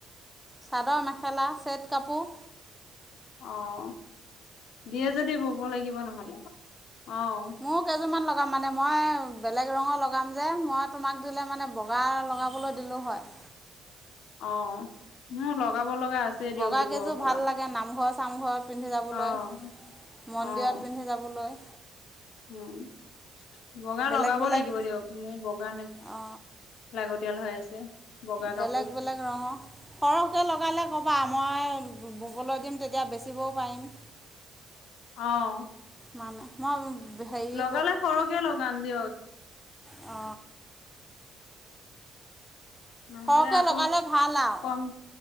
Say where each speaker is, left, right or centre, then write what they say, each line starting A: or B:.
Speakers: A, in the centre; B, on the left.
A: চাদৰ মেখেলা চেট কাপোৰ,
B: অহ দিয়ে যদি বব লাগিব নহলে। অ'
A: মোৰ কেইযোৰমান লগাম মানে মই বেলেগ ৰঙৰ লগাম যে মই তোমাক দিলে মানে বগা লগাবলৈ দিলো হয়।
B: অ মোৰ‌ লগাব লগা আছে দিয়ক
A: বগা
B: দিব
A: কেইযোৰ
B: লগাম
A: ভাল লাগে নামঘৰ চামঘৰত পিন্ধি যাবলৈ
B: অ'
A: মন্দিৰত
B: অ'
A: পিন্ধি যাবলৈ।
B: উম বগা
A: বেলেগ
B: লগাব
A: বেলেগ
B: লাগিব দিয়ক মোৰ বগা
A: অ
B: লাগতিয়াল হৈ আছে বগা
A: বেলেগ
B: কাপোৰ
A: বেলেগ ৰঙৰ সৰহকে লগালে ক'বা মই, ববলৈ দিম তেতিয়া বেচিবও পাৰিম।
B: অ
A: মানে মই হেৰি
B: লগালে সৰকে লগাম দিয়ক।
A: অ।
B: নহ'লে
A: সৰহকৈ
B: আকৌ
A: লগালে ভাল আৰু
B: কম